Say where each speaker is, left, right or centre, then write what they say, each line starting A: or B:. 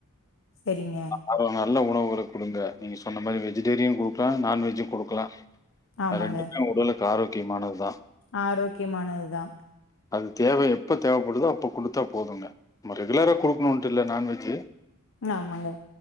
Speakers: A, on the left; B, on the left.
A: சரிங்க
B: அப்றம் நல்ல உணவுகள குடுங்க நீங்க சொன்ன மாரி வெஜிடேரியன் குடுக்கலா நான்வெஜ்ஜும் குடுக்கலா
A: ஆமாங்க
B: ரெண்டுமே உடலுக்கு ஆரோக்கியமானதுதா
A: ஆரோக்கியமானதுதா
B: அது தேவ எப்ப தேவப்படுதோ அப்ப குடுத்தா போதுங்க நம்ம ரெகுலரா குடுக்கணும்ன்ட்டு இல்ல நான்வெஜ்ஜு
A: ஆமாங்க